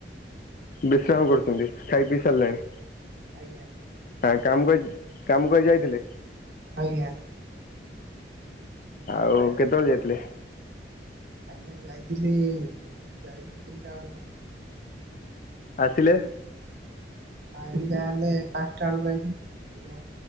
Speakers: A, on the left; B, on the right.
A: ବିଶ୍ରାମ କରୁଛନ୍ତି ଖାଇ ପିଇ ସାରିଲାଣି?
B: ଆଜ୍ଞା ଆଜ୍ଞା
A: ହଁ କାମ କରି କାମ କରି ଯାଇଥିଲେ?
B: ଆଜ୍ଞା।
A: ଆଉ କେତେବେଳେ ଯାଇଥିଲେ?
B: ଆଜ୍ଞା ଯାଇଥିଲି ଯାଇଥିଲି ତିନିଟା ବେଳକୁ।
A: ଆସିଲେ?
B: ଆଲି ଯାହାହେଲେ ପାଞ୍ଚଟା ବେଳକୁ ଆଇଲି ଆଜ୍ଞା।